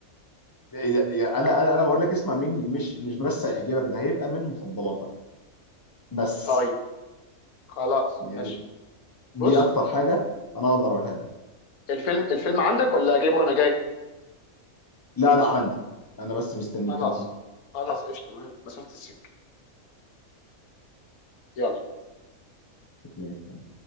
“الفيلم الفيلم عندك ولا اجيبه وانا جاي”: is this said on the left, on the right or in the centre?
Left